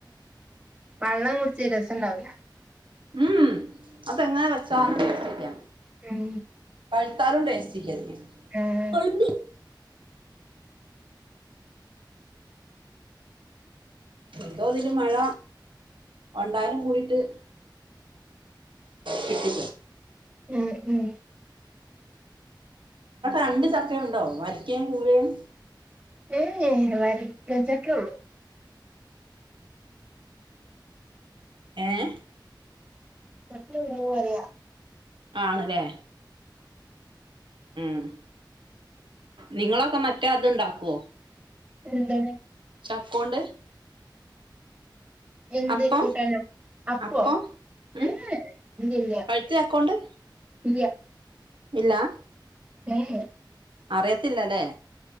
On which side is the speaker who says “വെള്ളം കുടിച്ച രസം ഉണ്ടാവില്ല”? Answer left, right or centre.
Right